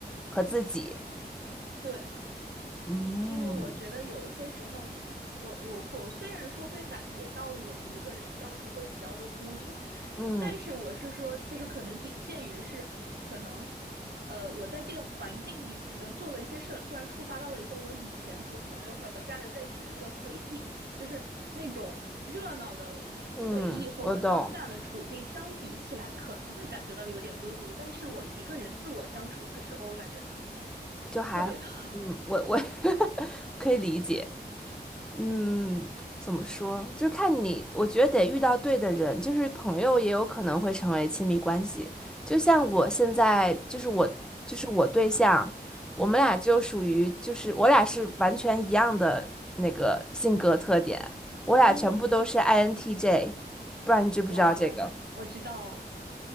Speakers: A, in the centre; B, on the right.
A: 和自己。
B: 对。
A: 嗯
B: 因为我觉得有一些时候，我我我虽然说会感觉到我一个人相处会比较的孤独，
A: 嗯
B: 但是我是说，就是可能仅限于是可能，呃，我在这个环境里面的做了一些事儿，突然触发到了一些我以前和朋友或者和家人在一起的这个回忆，就是那种热闹的回忆和我当下的处境相比起来，
A: 嗯，我懂，
B: 可能会感觉到有点孤独，但是我一个人自我相处的时候，我感觉
A: 就还，
B: 特别的好。
A: 嗯，我我 <laughs> 可以理解。嗯，怎么说？就是看你，我觉得得遇到对的人，就是朋友也有可能会成为亲密关系。就像我现在，就是我，就是我对象，我们俩就属于，
B: 嗯。
A: 就是我俩是完全一样的那个性格特点，我俩全部都是
B: 嗯，
A: INTJ，不知道你知不知道这个？
B: 哇，我知道，